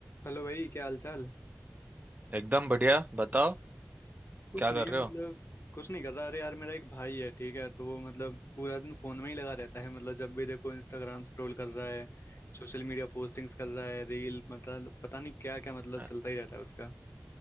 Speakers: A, on the left; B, on the right.
A: Hello भाई क्या हाल चाल
B: एकदम बढ़िया बताओ
A: कुछ
B: क्या
A: नहीं
B: कर
A: है
B: रहे
A: मतलब
B: हो
A: कुछ नहीं कर रहा अरे यार मेरा एक भाई है ठीक है तो वो मतलब पूरा दिन फोन में ही लगा रहता है मतलब जब भी देखो इंस्टाग्राम स्क्रॉल कर रहा है सोशल मीडिया पोस्टिंग्स कर रहा है रील मतलब पता नहीं क्या क्या मतलब
B: आ-
A: चलता ही रहता है उसका